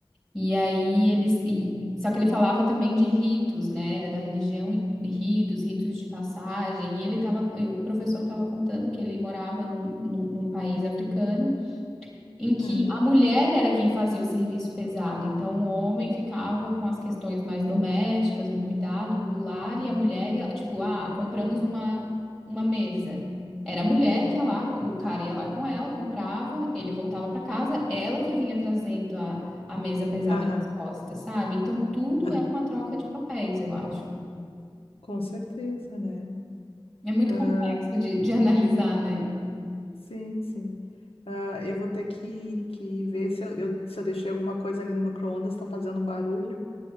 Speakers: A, in the centre; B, on the left (about 80°).
A: E aí eles. e- só que ele falava também de ritos, né? Era da religião e ritos, ritos de passagem. E ele tava. e O professor estava contando que ele morava num, num num país africano. em que
B: Aham.
A: a mulher era quem fazia o serviço pesado, então o homem ficava com as questões mais domésticas, do cuidado, do lar, e a mulher ia, tipo, ah, compramos uma, uma mesa. Era a mulher que ia lá, o cara ia lá com ela, comprava, ele voltava para casa, ela que vinha trazendo a, a mesa pesada
B: Aham,
A: nas costas, sabe? Então tudo
B: aham,
A: é uma troca de papéis, eu acho.
B: com certeza, né?
A: É muito
B: Ah,
A: complexo de, de analisar, né?
B: sim, sim. Ah, eu vou ter que, que ver se eu, eu- se eu deixei alguma coisa ali no micro-ondas, tá fazendo um barulho?